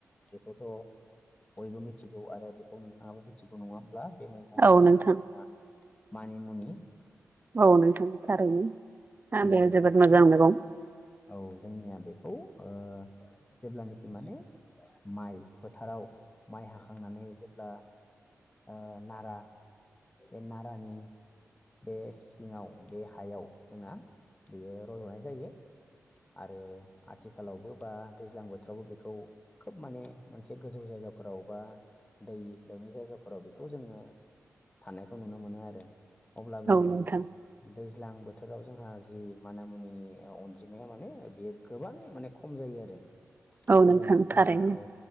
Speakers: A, on the left; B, on the right.
A: बेखौथ' बयबो मि मिथिगौ आरो बेखौ नोंथाङाबो मिथिगौ नङा होमब्ला बे मैगङानो
B: औ
A: जाहैबाया
B: नोंथां
A: मानि मनि
B: औ नोंथां थारैनो ह बे
A: मैगंखौ
B: जोबोद मोजां मैगं
A: औ जोंनिया बेखौ ओ जेब्लानाखि माने माइ फोथाराव माइ हाखांनानै जेब्ला ओ नारा ओ नारानि बे सिङाव बे हायाव जोंना बेयो रज'नाय जायो आरो आथिखालावबो बा दैज्लां बोथोरावबो बेखौ खोब माने मोनसे गोजौ जायगाफोरावबा दै लिखाङै जायगाफोराव बेखौ जोङो थानायखौ नुनो मोनो आरो अब्लाबो
B: औ नोंथां
A: दैज्लां बोथोराव जोंहा जि माना -मुनि अनजिमाया माने बेयो गोबां माने खम जायो आरो
B: औ
A: जेब्लानाखि
B: नोंथां थारैनो
A: जोंहा औ